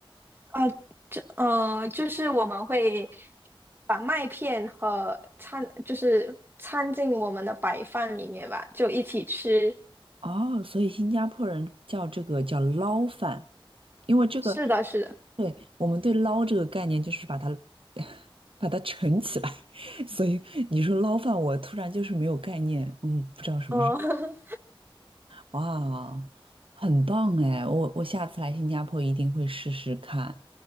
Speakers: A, on the right (about 25°); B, on the right (about 70°).
A: 呃呃，就是我们会把麦片和掺，就是掺进我们的白饭里面吧，就一起吃。
B: 哦，所以新加坡人叫这个叫捞饭，因为这个，
A: 是的，是的，
B: 对，我们对捞这个概念就是把它 <laughs> 把它盛起来，<laughs> 所以你说捞饭，我突然就是没有概念，嗯，不知道什么是，
A: 哦
B: 哇，很棒哎，我我下次来新加坡一定会试试看，